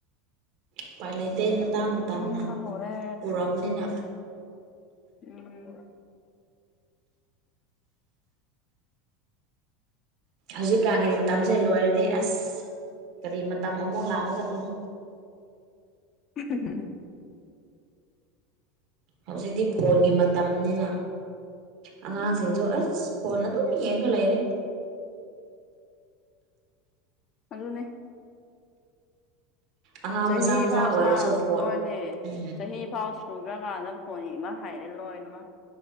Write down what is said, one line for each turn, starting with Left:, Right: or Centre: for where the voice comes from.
Right: ꯎꯄꯥꯏ ꯂꯩꯇꯦ ꯃꯇꯥꯡ ꯃꯇꯝꯅ
Left: ꯎꯃꯝꯕ ꯍꯔꯦ
Right: ꯄꯨꯔꯛꯄꯅꯤꯅ
Left: ꯎꯝ
Right: ꯍꯧꯖꯤꯛꯀꯥꯟꯉꯦ ꯃꯇꯝꯁꯦ ꯂꯣꯏꯔꯗꯤ ꯑꯁ ꯀꯔꯤ ꯃꯇꯝ ꯑꯃꯨꯛ ꯂꯥꯛꯀꯗꯕꯅꯣ
Left: ꯎꯟ
Right: ꯍꯧꯖꯤꯛꯇꯤ ꯐꯣꯟꯒꯤ ꯃꯇꯝꯅꯤꯅ ꯑꯉꯥꯡꯁꯤꯡꯁꯨ
Left: ꯎꯝ
Right: ꯑꯁ ꯍꯅ ꯑꯗꯨ ꯎꯅꯤ ꯌꯦꯡ ꯉ ꯂꯩꯔꯦ
Left: ꯑꯗꯨꯅꯦ
Right: ꯑꯉꯥꯡ
Left: ꯆꯍꯤ
Right: ꯃꯆꯥ ꯃꯆꯥ
Left: ꯐꯥꯎ
Right: ꯑꯣꯏꯔꯁꯨ
Left: ꯁꯥ
Right: ꯐꯣꯟ
Left: ꯍꯣꯏꯅꯦ
Right: ꯎꯝ
Left: ꯆꯍꯤ ꯐꯥꯎ ꯁꯨꯗꯈ꯭ꯔꯀꯥꯟꯗ ꯐꯣꯟ ꯌꯦꯦꯛ ꯑꯃ ꯍꯥꯏꯔꯦ ꯂꯣꯏꯅꯃ